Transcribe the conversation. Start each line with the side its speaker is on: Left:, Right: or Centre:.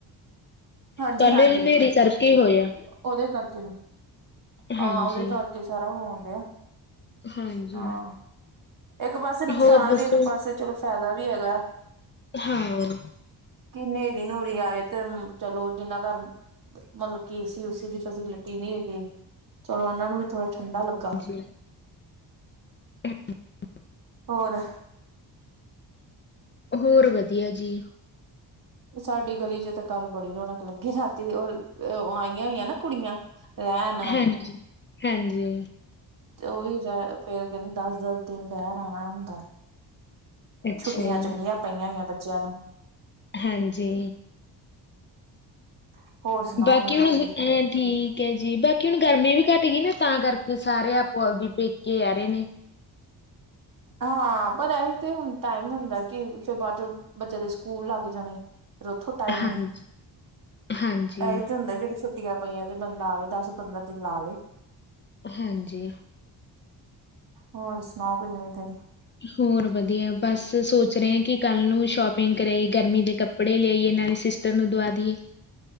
Right: ਹਾਂਜੀ-ਹਾਂਜੀ
Left: ਕੱਲ ਹਨੇਰੀ ਕਰਕੇ ਹੋਇਆ
Right: ਓਦੇ ਕਰਕੇ ਵੀ,
Left: ਹਾਂਜੀ
Right: ਆ ਓਦੇ ਕਰਕੇ ਸਾਰਾ ਹੋਂਦਯਾ।
Left: ਹਾਂਜੀ
Right: ਹਾਂ, ਏੱਕ ਪਾਸੇ ਨੁਕਸਾਨ
Left: ਹੋਰ ਦੱਸੋ
Right: ਵੀ, ਏੱਕ ਪਾਸੇ ਚਲੋ ਫਾਏ ਦਾ ਵੀ ਹੈਗਾ
Left: ਹਾਂ।
Right: ਕਿ ਨੇਹਰੀ-ਨੂਹਰੀ ਆਵੇ ਤੇ ਚਲੋ, ਜਿੰਨਾ ਘਰ ਮਤਲਬ ਕਿ ਏਸੀ-ਓਸੀ ਦੀ ਫੈਸਿਲਿਟੀ ਨੀ ਹੈਗੀ ਚਲੋ, ਓਨਾਂ ਨੂੰ ਵੀ ਥੋੜਾ ਠੰਢਾ ਲੱਗਾ।
Left: ਹਾਂਜੀ <inaudible>
Right: ਹੋਰ?
Left: ਹੋਰ, ਵਧੀਆ ਜੀ।
Right: ਸਾਡੀ ਗਲੀ'ਚ ਤਾਂ ਕੱਲ ਬੜੀ ਰੌਣਕ ਲੱਗੀ, ਰਾਤੀ ਔਰ ਓ ਆਈਆਂ ਹੋਈਐਂ ਨਾ ਕੁੜੀਆਂ। ਰੈਨ
Left: ਹਾਂਜੀ ਹਾਂਜੀ।
Right: ਤੇ, ਓਵੀ ਰੈ ਫੇਰ ਕੈਂਦੀ ਦੱਸ-ਦੱਸ ਦਿਨ ਰਹਿਨ ਆਨਾ ਹੁੰਦਾ।
Left: ਅੱਛਾ
Right: ਛੁੱਟੀਆਂ
Left: ਜੀ
Right: ਚੰਗੀਆਂ ਪਈਆਂ ਹੋਈਆਂ, ਬੱ ਜਾਨਾ
Left: ਹਾਂਜੀ।
Right: <inaudible>
Left: ਬਾਕੀ
Right: ਨਵੀ
Left: ਹੁਨ
Right: ਤਾਜੀ
Left: ਐਂ ਠੀਕ ਹੈ ਜੀ। ਬਾਕੀ ਹੁਨ ਗਰਮੀ ਵੀ ਘੱਟ <unintelligible> ਤਾਂ ਕਰਕੇ ਸਾਰੇ ਆਪ ਓ ਆਵਦੀ ਪੇਕੇ ਆਰੇ ਨੇ।
Right: ਹਾਂ, ਪਰ ਏਹੀ ਤੇ ਹੁਨ ਟਾਈਮ ਹੁੰਦਾ ਕਿ, ਫੇਰ ਬਾਦ'ਚੋ ਬੱਚਿਆ ਦੇ ਸਕੂਲ ਲੱਗ ਜਾਣੇ। ਫੇਰ ਓੱਥੋ ਟਾਈਮ ਈ
Left: ਹਾਂਜੀ,
Right: ਨੀ,
Left: ਹਾਂਜੀ,
Right: ਐਈ ਤੇ ਹੁੰਦਾ ਜੇੜੇ ਛੁਟ ਛੁੱਟੀਆਂ ਪਈਆਂ, ਤੇ ਬੰਦਾ ਆਵੇ, ਦਸ-ਪੰਦਰਾ ਦਿਨ ਲਾ ਲੇ।
Left: ਹਾਂਜੀ।
Right: ਹੋਰ ਸੁਨਾਓ, ਕੋਈ ਨਵੀ <unintelligible>
Left: ਹੋਰ ਵਧੀਆ। ਬਸ, ਸੋਚ ਰਏ ਆ ਕਿ ਕੱਲ ਨੂੰ ਸ਼ੋਪਿੰਗ ਕਰ ਆਈਏ, ਗਰਮੀ ਦੇ ਕੱਪੜੇ ਲੇ ਆਈਏ, ਨਾਲੇ ਸਿਸਟਰ ਨੂੰ ਦਵਾ ਦਇ ਏ।